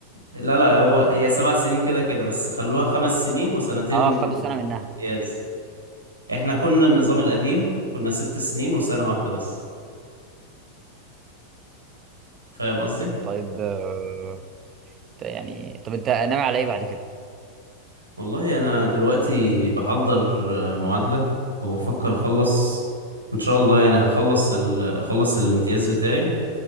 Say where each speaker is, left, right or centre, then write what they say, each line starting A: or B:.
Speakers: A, on the right; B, on the right.
A: لا لا هو هي سبع سنين كده كده بس خلوها خمس سنين وسنتين
B: اه خدوا سنه منها
A: امتياز احنا كنا النظام القديم كنا ست سنين وسنة واحدة بس فاهم قصدي؟
B: طيب آه، يعني طب انت ناوي على ايه بعد كده
A: والله انا دلوقتي بحضر آه، معادلة وبفكر اخلص ان شاء الله يعني هخلص ال... اخلص الامتياز بتاعي